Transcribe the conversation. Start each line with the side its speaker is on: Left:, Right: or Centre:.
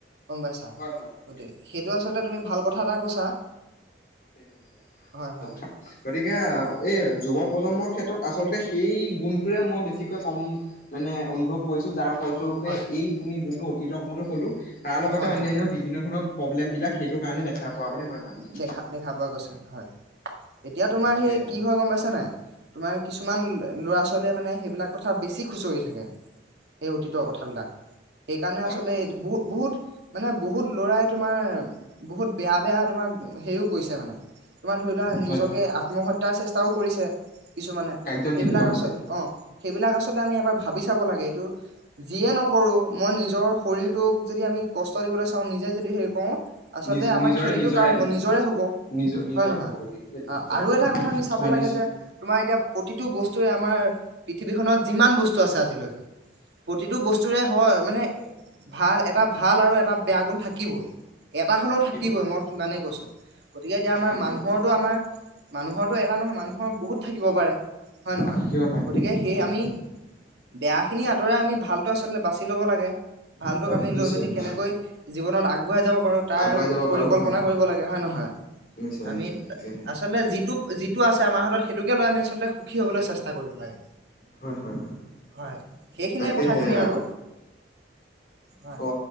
Right: গম পাইছা,
Left: হয় হয় হয় হয়
Right: গতিকে সেইটো আচলতে তুমি ভাল কথা এটা কৈছা।
Left: সেইটো হয়
Right: হয়
Left: সন্ত্ৰাস,
Right: হয়
Left: গতিকে
Right: অ
Left: এই যুৱ প্ৰজন্মক ক্ষেত্ৰত আচলতে সেই গুণটোৰে মই বেছিকৈ কম মানে অনুভৱ কৰিছো যাৰ। ফলস্বৰূপে
Right: হয়
Left: এই তুমি যোনটো অতীতৰ কথাটো ক'লো তাৰ লগতে
Right: হয়
Left: অন্যান্য
Right: হয়
Left: বিভিন্ন ধৰণৰ প্ৰব্লেম বিলাক সেইটো কাৰণে দেখা পোৱা বুলি মই ভাবিছো
Right: দেখা দেখা পোৱা গৈছে হয়। এতিয়া তোমাৰ
Left: তাকেহে
Right: সেই কি হয় গম পাইছা নাই তোমাৰ কিছুমান ল'ৰা ছোৱালীয়ে মানে সেইবিলাক কথা বেছিক খুচৰি থাকে, সেই অতীত
Left: হয়
Right: কথাবিলাক। সেইকাৰণে
Left: হয়
Right: আচলতে
Left: হয়
Right: বহু বহুত মানে বহুত ল'ৰাই তোমাৰ বহুত বেয়া বেয়া তোমাৰ হেৰিও কৈছে মানে, তোমাৰ ধৰি লোৱা
Left: হয়
Right: নিজকে
Left: হয়
Right: আত্মহত্যাৰ চেষ্টাও কৰিছে। কিছুমানে
Left: কাৰ্যত
Right: সেইবিলাক
Left: লিপ্ত হৈছে
Right: আচ
Left: হয়
Right: অ সেইবিলাক আচ। আমি এবাৰ ভাবি চাব লাগে, এইটো যিয়ে নকৰো মই নিজৰ শৰীৰটোক যদি আমি কষ্ট দি- চাওঁ নিজে যদি হেৰি কৰো আচলতে
Left: নিজ
Right: আমাৰ
Left: নিজৰে
Right: ক্ষতিতটো
Left: নিজৰে
Right: কাৰ হব নিজৰে হব।
Left: নিজ নিজৰ
Right: হয় নহয়
Left: হ'ব গতিকে সেইটোৱে
Right: অ
Left: হয়
Right: আৰু এটা কথা আমি চাব
Left: হয়
Right: লাগে
Left: নিশ্চয়
Right: যে তোমাৰ এতিয়া প্ৰতি- টো বস্তুৰে আমাৰ পৃথিৱীখননত যিমান বস্তু আছে আজিলৈকে প্ৰতিটো বস্তুৰে হয় মানে ভাল এটা ভাল আৰু এটা বেয়া গুণ থাকিবই এটা হ'লো
Left: থাকিব
Right: কিবই মই সিমানেই কৈছো। গতিকে এতিয়া আমাৰ
Left: থাকিব
Right: মানুহৰতো আমাৰ মানুহৰটো এটা নহয় মানুহৰ বহুত থাকিব পাৰে হয় নহয়
Left: থাকিব পাৰে
Right: গতিকে সেই
Left: হয়
Right: আমি বেয়া খিনি আঁতৰাই আমি ভালতো আচলতে বাছি ল'ব লাগে। ভালটোক
Left: হয়
Right: আমি
Left: নিশ্চয়
Right: লৈ মেলি
Left: নিশ্চয়
Right: কেনেকৈ জীৱনত আগুৱাই যাব পাৰো তাৰ
Left: আগুৱাই যাব পাৰো
Right: পৰিকল্পনা
Left: হয় হয়
Right: কৰিব লাগে হয় নহয়
Left: নিশ্চয়
Right: আমি
Left: নিশ্চয় তাকেহে
Right: আচলতে যিট- টোপ যিটো আছে আমাৰ হাতত সেইটোকে লৈ আমি আচলতে সুখী হ'বলৈ চেষ্টা কৰিব লাগে।
Left: হয় হয় হয়
Right: হয় সেইখিনিয়ে
Left: তাকে
Right: কথাখিনি
Left: সে আক।
Right: আৰু হয়
Left: অ